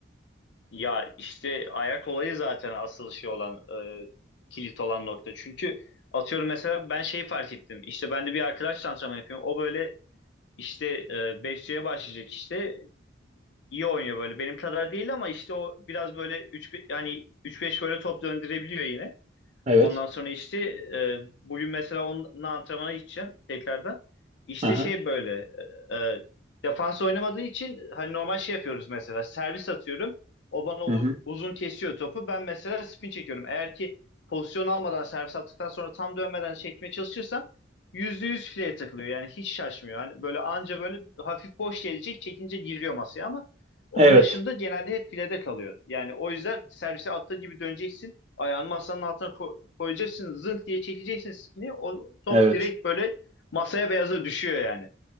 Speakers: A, on the left; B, on the right.
A: Ya işte ayak olayı zaten asıl şey olan e, kilit olan nokta. Çünkü atıyorum mesela ben şey fark ettim. İşte ben de bir arkadaş antrenman yapıyorum. O böyle işte e, 5C'ye başlayacak işte. iyi oynuyor böyle. Benim kadar değil ama işte o biraz böyle üç yani üç beş böyle top döndürebiliyor yine.
B: Evet.
A: Ondan sonra işte e, bugün mesela onun antrenmana gideceğim tekrardan. İşte
B: Aha.
A: şey böyle e, e, defans oynamadığı için hani normal şey yapıyoruz mesela servis atıyorum. O bana
B: Hı
A: u-
B: hı.
A: uzun kesiyor topu. Ben mesela spin çekiyorum. Eğer ki pozisyon almadan servis attıktan sonra tam dönmeden çekmeye çalışırsam %100 fileye takılıyor. Yani hiç şaşmıyor. Hani böyle anca böyle hafif boş gelecek çekince giriyor masaya ama onun
B: Evet.
A: dışında genelde hep filede kalıyor. Yani o yüzden servise attığın gibi döneceksin. Ayağını masanın altına ko- koyacaksın. Zınk diye çekeceksin spini. O top
B: Evet.
A: direkt böyle masaya beyaza düşüyor yani.